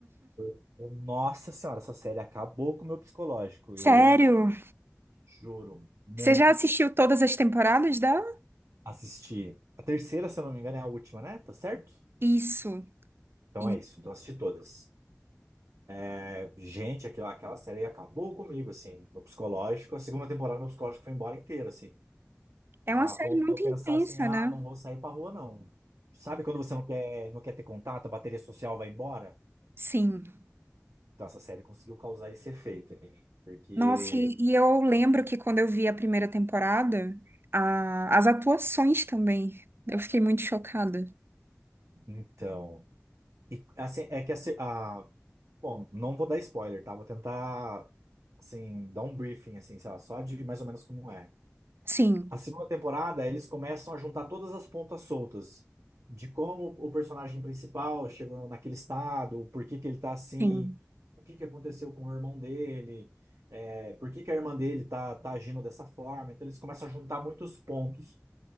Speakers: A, on the right; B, on the right.
A: Eu- eu- Nossa Senhora, essa série acabou com o meu psicológico,
B: Sério?
A: eu juro, muito
B: Você já assistiu
A: foda.
B: todas as temporadas dela?
A: Assisti a terceira, se eu não me engano, é a última, né? Tá certo?
B: Isso.
A: Então
B: E
A: é isso, então assisti todas. É, gente, aquela, aquela série acabou comigo, assim, meu psicológico. A segunda temporada, meu psicológico foi embora inteiro, assim,
B: é
A: a
B: uma série
A: ponto
B: muito
A: de eu pensar
B: intensa,
A: assim: ah,
B: né?
A: não vou sair pra rua, não. Sabe quando você não quer, não quer ter contato, a bateria social vai embora?
B: Sim.
A: Então, essa série conseguiu causar esse efeito em mim. Porque,
B: Nossa, e, e eu lembro que quando eu vi a primeira temporada, a- as atuações também, eu fiquei muito chocada.
A: então. e, assim, é que a, se- a- Bom, não vou dar spoiler, tá? Vou tentar, assim, dar um briefing, assim, sei lá, só de mais ou menos como é.
B: Sim,
A: A segunda temporada, eles começam a juntar todas as pontas soltas de como o personagem principal chegou naquele estado, por que que ele tá assim,
B: sim.
A: o que que aconteceu com o irmão dele, é, por que que a irmã dele tá, tá agindo dessa forma. Então, eles começam a juntar muitos pontos.